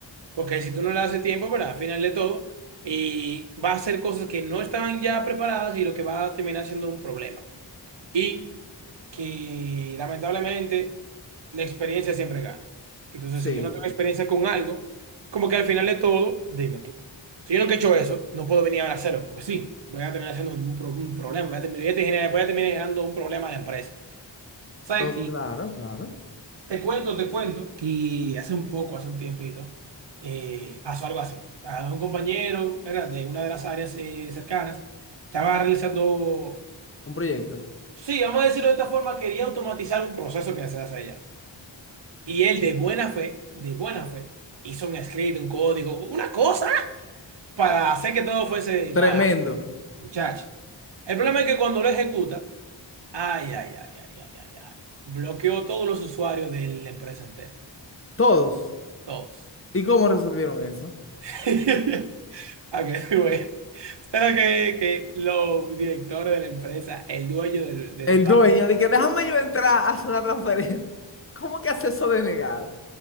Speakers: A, on the right; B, on the left.
A: Porque si tú no le das el tiempo, ¿verdad? Al final de todo, y va a hacer cosas que no estaban ya preparadas y lo que va a terminar siendo un problema. Y que lamentablemente la experiencia siempre gana. Entonces,
B: Sí,
A: si yo no tengo experiencia con algo, como que al final de todo, dime tú. Si yo nunca he hecho eso, no puedo venir ahora a hacerlo, porque sí, voy a terminar haciendo un, pro- un problema, voy a terminar, voy a terminar voy a terminar generando un problema a la empresa. ¿Sabes?
B: oh, claro, claro.
A: Te cuento, te cuento que hace un poco, hace un tiempito, eh, pasó algo así. A un compañero, era de una de las áreas eh, cercanas, estaba realizando,
B: Un proyecto.
A: sí, vamos a decirlo de esta forma, quería automatizar un proceso que se hace allá. Y él de buena fe, de buena fe, hizo un script, un código, una cosa para hacer que todo fuese
B: Tremendo.
A: más, muchacho. El problema es que cuando lo ejecuta, ay, ay, ay, ay, ay, ay, ay, bloqueó todos los usuarios de la empresa entera,
B: Todos.
A: todos.
B: ¿Y cómo resolvieron eso?
A: <laughs> A que tú veas. Solo <laughs> que, que los directores de la empresa, el dueño del, del
B: El
A: banco,
B: dueño, de que déjame yo entrar a hacer una transferencia. <laughs> ¿Cómo que hace eso denegado?